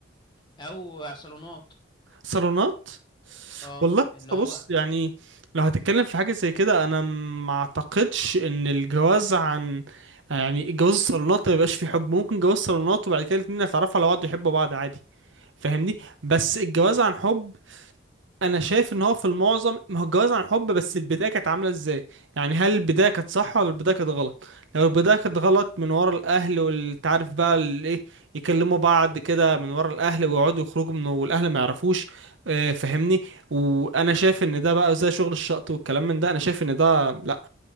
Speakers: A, on the left; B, on the right.
A: او صالونات
B: صالونات
A: اه
B: والله
A: اللي
B: بص
A: هو
B: بص، يعني لو هتتكلم في حاجه زي كده انا ما اعتقدش ان الجواز عن يعني الجواز الصالونات ما بيبقاش فيه حب ممكن جواز صالونات وبعد كده الاتنين يتعرفوا على بعض ويحبوا بعض عادي فاهمني بس الجواز عن حب انا شايف ان هو في المعظم ما هو الجواز عن حب بس البدايه كانت عامله ازاي يعني هل البدايه كانت صح ولا البدايه كانت غلط لو البدايه كانت غلط من ورا الاهل والتعرف بقى الايه يكلموا بعض كده من ورا الاهل ويقعدوا يخرجوا منه والاهل ما يعرفوش آه، فاهمني وانا شايف ان ده بقى زي شغل الشقط والكلام من ده انا شايف ان ده لا